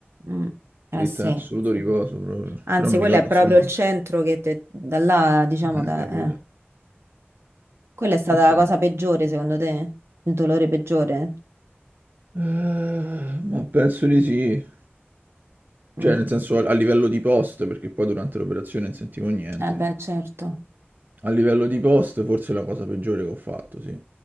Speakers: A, on the right (about 80°); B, on the right (about 45°).
A: Mm, Eh
B: Devi
A: sì,
B: stare assoluto riposo proprio.
A: anzi
B: Però mi
A: quello
B: ricordo,
A: è proprio
B: insomma,
A: il centro che te- da là, diciamo,
B: eh,
A: da-
B: capito?
A: eh. Quella è stata
B: Sì, sì,
A: la cosa
B: no.
A: peggiore secondo te, il dolore peggiore?
B: Eh, ma penso di sì. Cioè,
A: Mm.
B: nel senso a, a livello di post, perché poi durante l'operazione non sentivo niente.
A: Eh beh, certo.
B: A livello di post, forse è la cosa peggiore che ho fatto, sì.